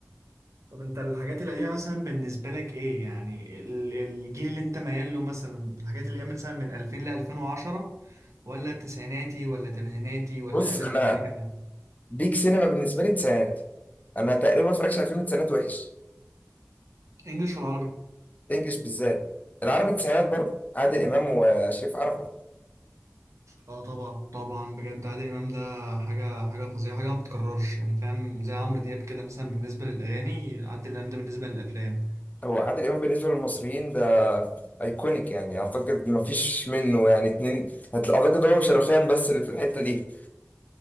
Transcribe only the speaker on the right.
طب انت الحاجات القديمة مثلا بالنسبة لك ايه يعني ال- الجيل اللي انت ميال له مثلا الحاجات اللي هي مثلا من 2000 ل 2010 ولا تسعيناتي ولا تمانيناتي ولا
اقدم
من كده كمان
انجلش ولا عربي
اه طبعا طبعا بجد عادل امام ده حاجة حاجة فظيعة حاجة ما بتتكررش يعني فاهم زي عمرو دياب كده مثلا بالنسبة للاغاني عادل امام ده بالنسبة للافلام